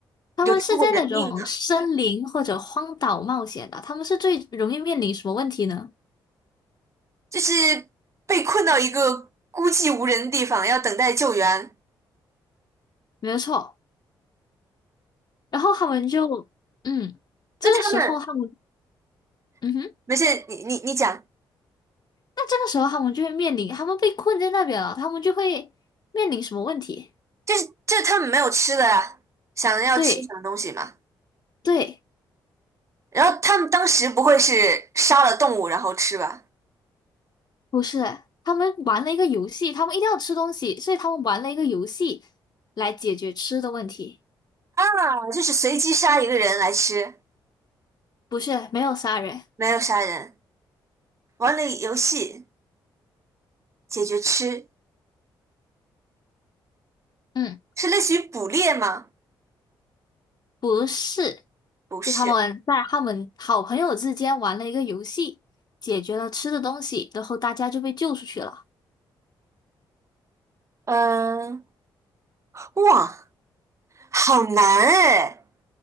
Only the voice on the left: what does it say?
他们是在那种森林或者荒岛冒险的，
他们是最容易面临什么问题呢？
没有错。然后他们就，嗯，这个时候他们，
嗯哼，
那这个时候他们就会面临，他们被困在那边了，他们就会面临什么问题？
对对，
不是，他们玩了一个游戏，他们一定要吃东西，所以他们玩了一个游戏来解决吃的问题。
不是，没有杀人，
嗯，
不是，
就他们在他们好朋友之间玩了一个游戏，解决了吃的东西，然后大家就被救出去了。